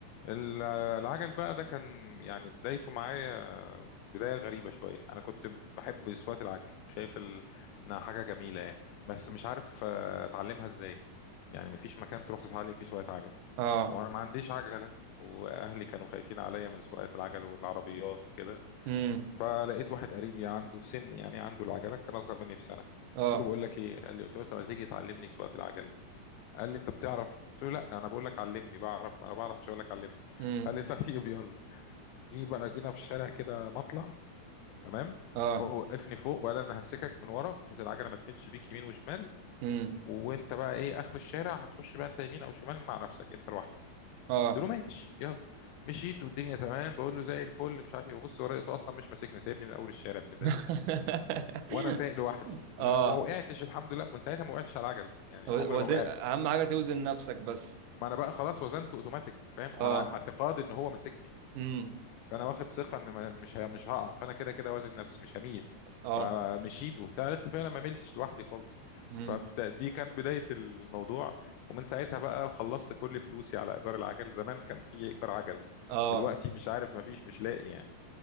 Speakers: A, on the left; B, on the right.
A: ال- العجل بقى ده كان يعني بدايته معايا بداية غريبة شوية أنا كنت بحب سواقة العجل شايف ال- إنها حاجة جميلة يعني بس مش عارف آه، أتعلمها إزاي يعني مفيش مكان تروح تتعلم فيه سواقة عجل
B: اه
A: وأنا ما عنديش عجلة وأهلي كانوا خايفين عليا من سواقة العجل والعربيات وكده
B: امم
A: فلقيت واحد قريبي عنده في سني يعني عنده العجلة كان أصغر مني بسنة قلت
B: اه
A: له بقول لك إيه قال لي قلت له طب ما تيجي تعلمني سواقة العجل قال لي انت بتعرف قلت له لا انا بقول لك علمني بعرف ما انا بعرف مش هقول لك علمني
B: امم
A: قال لي <laughs> طيب يلا جه بقى جينا في الشارع كده مطلع تمام
B: اه
A: هو وقفني فوق وقال انا همسكك من ورا بحيث العجله ما تملش بيك يمين وشمال
B: امم
A: وانت بقى ايه اخر الشارع هتخش بقى انت يمين او شمال مع نفسك انت لوحدك
B: اه
A: قلت له ماشي يلا مشيت والدنيا تمام بقول له زي الفل مش عارف ايه ببص ورايا لقيته اصلا مش ماسكني سايبني من اول الشارع ابن اللذينه
B: <laughs>
A: وانا سايق لوحدي
B: اه
A: ومن ما وقعتش الحمد لله ومن ساعتها ما وقعتش على العجله يعني
B: و-
A: عمري
B: وزن
A: ما وقعت
B: اهم حاجه توزن نفسك بس
A: ما انا بقى خلاص وزنته اوتوماتيك فاهم على
B: اه
A: اعتقاد ان هو ماسكني
B: امم
A: فانا واخد ثقه ان ما- مش ه- مش هقع فانا كده كده وازن نفسي مش هميل
B: اه
A: فمشيت وابتديت فعلا ما ملتش لوحدي خالص
B: امم
A: فدي كان بدايه الموضوع ومن ساعتها بقى خلصت كل فلوسي على ايجار العجل زمان كان في ايجار عجل
B: اه
A: دلوقتي مش عارف ما فيش مش لاقي يعني